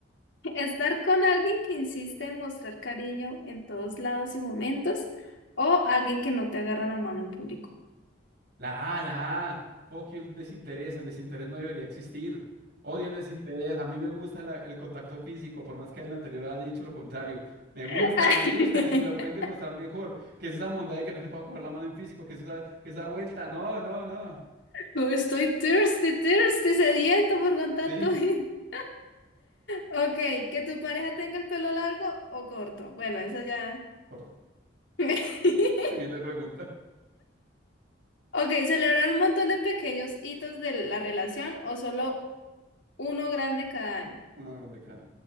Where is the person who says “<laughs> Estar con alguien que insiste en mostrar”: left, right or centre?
Left